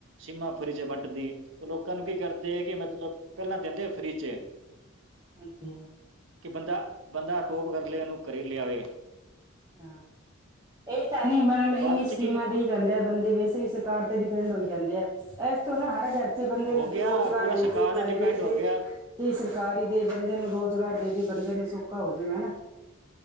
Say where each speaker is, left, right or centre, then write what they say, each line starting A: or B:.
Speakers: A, on the right; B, on the right.
A: ਸੀਮਾ ਫਰੀ ਚਵੰਟਦੀ ਤੇ ਲੋਕਾਂ ਨੂੰ ਕੀ ਕਰਦੇ ਹੈ ਕਿ ਮਤਲਬ ਪਹਿਲਾਂ ਦਿੰਦੇ ਫਰੀ ਚ <inaudible>
B: । <unintelligible>
A: ਕਿ ਬੰਦਾ ਬੰਦਾ <unintelligible> ਕਰ ਲਏ ਇਹਨੂੰ ਕਰੇ ਲਿਆਵੇ
B: ਹਾਂ ਇਹ ਤਾਂ ਨੀ ਮਤਲਬ
A: ਉਹ
B: ਇੰਨੀ
A: ਬਾਅਦ
B: ਸਕੀਮਾਂ
A: 'ਚ ਕੀ
B: ਦੀ ਜਾਂਦੇ ਬੰਦੇ ਵੈਸੇ ਵੀ ਸਰਕਾਰ ਤੇ ਡਿਪੈਂਡ ਹੋ ਜਾਂਦੇ ਆ ਇਸਥੋਂ ਨਾ ਹਰ ਘਰ ੱਚੇ ਬੰਦੇ
A: ਹੋ
B: ਨੂੰ
A: ਗਿਆ
B: ਰੁਜ਼ਗਾਰ
A: ਪੂਰਾ
B: ਦੇ
A: ਸਰਕਾਰ
B: ਤੇ ਪ੍ਰਾਈਵੇਟ
A: ਡਿਪੈਂਡ ਹੋ
B: ਦੇ
A: ਗਿਆ
B: ਜਈ ਸਰਕਾਰੀ ਦੇ ਬੰਦੇ ਨੂੰ ਰੁਜ਼ਗਾਰ ਦੇ ਦੀ ਬੰਦੇ ਨੂੰ ਸੌਖਾ ਹੋ ਜੂਗਾ ਹਨਾ।